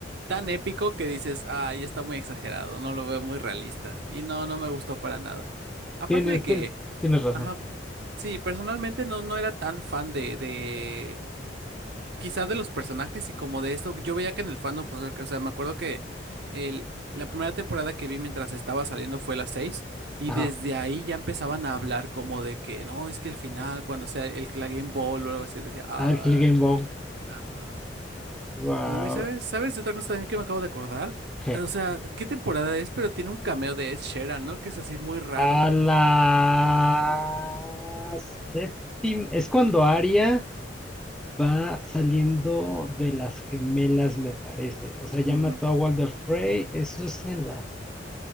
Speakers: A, on the right; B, in the centre.
A: tan épico que dices, ay, está muy exagerado, no lo veo muy realista. Y no, no me gustó para nada. Aparte
B: Tienes,
A: de que,
B: tien- tienes razón.
A: ajá, sí, personalmente no, no era tan fan de, de quizá de los personajes y como de esto, yo veía que en el fandom, pues, o sea, me acuerdo que el- la primera temporada que vi mientras estaba saliendo fue la seis y
B: Ajá.
A: desde ahí ya empezaban a hablar como de que, no, es que el final, cuando sea el, la Game Ball o algo así, decía, ay,
B: Al Clegane Bow.
A: Ajá.
B: Wow.
A: no, y sabes, sabes de otra cosa también que me acabo de acordar,
B: ¿Qué?
A: o sea, ¿qué temporada es? Pero tiene un cameo de Ed Sheeran, ¿no? Que es así muy raro.
B: A la séptima. Es cuando Arya Va saliendo de las gemelas, me parece. O sea, ya
A: Ujú.
B: mató a Walder Frey. Eso es en la